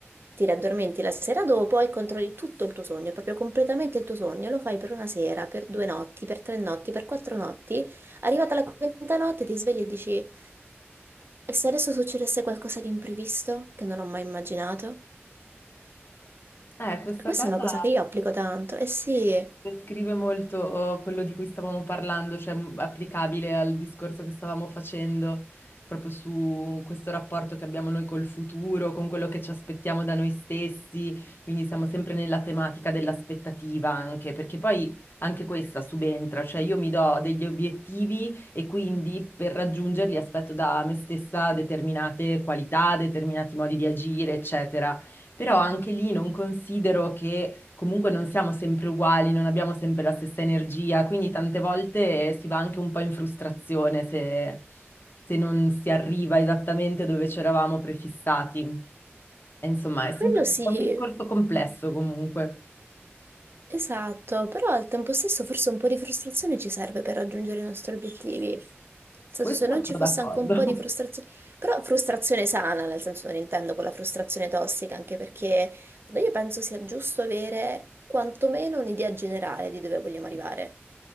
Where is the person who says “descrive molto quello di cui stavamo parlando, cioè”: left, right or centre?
Left